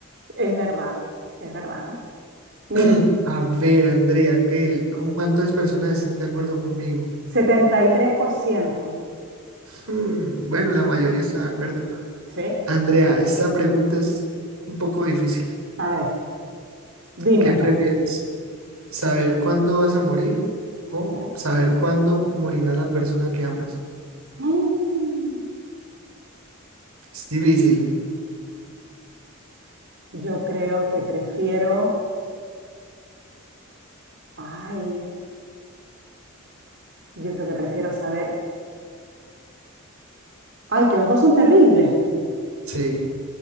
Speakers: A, on the right; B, on the right.
A: es verdad, es verdad. Mira,
B: <clears throat> A ver, Andrea, ¿qué- cómo- cuántas personas están de acuerdo conmigo?
A: 73%,
B: Hmm, bueno, la mayoría está de acuerdo.
A: ¿sí?
B: Andrea, esta pregunta es un poco difícil.
A: A ver, dímelo.
B: ¿Qué prefieres? ¿Saber cuándo vas a morir o
A: ¿ya?
B: saber cuándo morirá la persona que amas?
A: Mm,
B: Es difícil,
A: Yo creo que prefiero, ay, yo creo que prefiero saber Ay, que los dos son terribles. Mm.
B: sí.